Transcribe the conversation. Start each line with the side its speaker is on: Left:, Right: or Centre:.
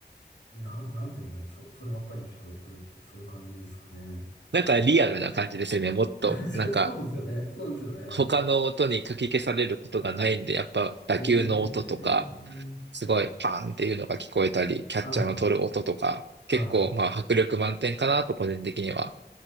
Left: う、なん、なんて言うんでしょうね。そ、そればっかり聞こえてくるっていう、そういう感じですかね。
Right: なんかリアルな感じですよね。もっと、
Left: <laughs>
Right: なんか、
Left: そうそうですよね。そうですよね。
Right: 他の音にかき消されることがないんで、やっぱ打球の音とか、
Left: えー、
Right: すごいパーンっていうのが聞こえたり、キャッチャーの取る音とか、
Left: はい。はい。
Right: 結構まあ迫力満点かなと個人的には